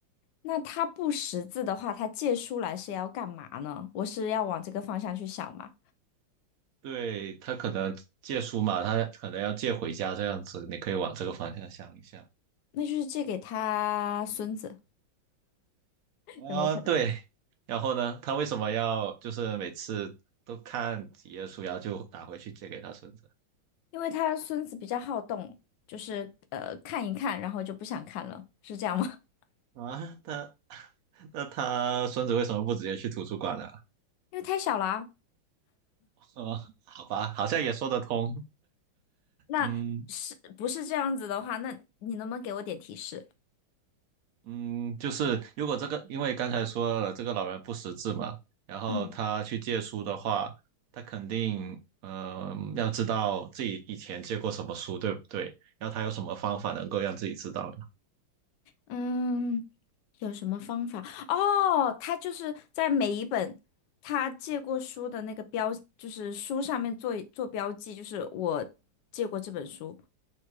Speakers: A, on the left (about 70°); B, on the right (about 70°).
A: 那他不识字的话，他借书来是要干嘛呢？我是要往这个方向去想嘛？
B: 对，他可能借书嘛，他可能要借回家这样子，你可以往这个方向想一下。
A: 那就是借给他孙子，
B: 啊，
A: 有没有可能？
B: 对，然后呢，他为什么要就是每次都看几页书，然后就打回去借给他孙子
A: 因为他孙子比较好动，就是呃看一看，然后就不想看了，是这样吗？<laughs>
B: 啊？他 <laughs> 那他孙子为什么不直接去图书馆呢？
A: 因为太小了啊。
B: <laughs> 哦，好吧，好像也说得通。
A: 那是不是这样子的话？
B: 嗯
A: 那你能不能给我点提示？
B: 嗯，就是如果这个，因为刚才说了这个老人不识字嘛，然后他去借书的话，
A: 嗯。
B: 他肯定嗯、呃要知道自己以前借过什么书，对不对？然后他有什么方法能够让自己知道呢？
A: 嗯，有什么方法？哦，他就是在每一本他借过书的那个标，就是书上面做做标记，就是我借过这本书，